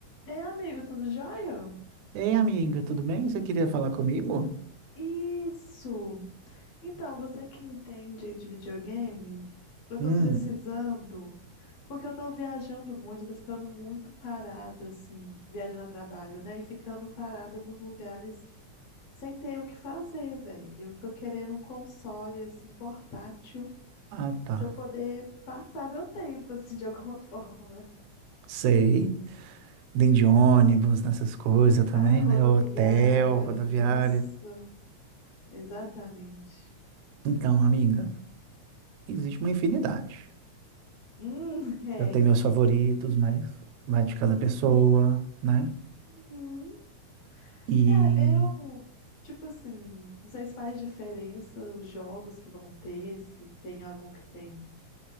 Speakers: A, on the left (about 70°); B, on the right (about 80°).
A: Ei, amigo, tudo jóia?
B: Ei, amiga, tudo bem? Você queria falar comigo?
A: Isso! Então, você que entende de videogame, eu tô
B: Hum,
A: precisando, porque eu tô viajando muito, eu tô ficando muito parada, assim, viajando a trabalho, né? E ficando parada nos lugares sem ter o que fazer, velho. Eu tô querendo um console, assim, portátil,
B: ah, tá.
A: pra eu poder passar meu tempo, <laughs> assim, de alguma <laughs> forma.
B: Sei. Vem de ônibus, nessas coisas também,
A: Ah, rodoviária,
B: né? Hotel, rodoviária.
A: nossa, exatamente.
B: Então, amiga, existe uma infinidade.
A: Hum, <laughs> é.
B: Eu tenho meus favoritos, mas vai de cada
A: Ah,
B: pessoa, né?
A: Hum.
B: E
A: É, eu, tipo assim, não sei se faz diferença os jogos que vão ter, se tem algum que tem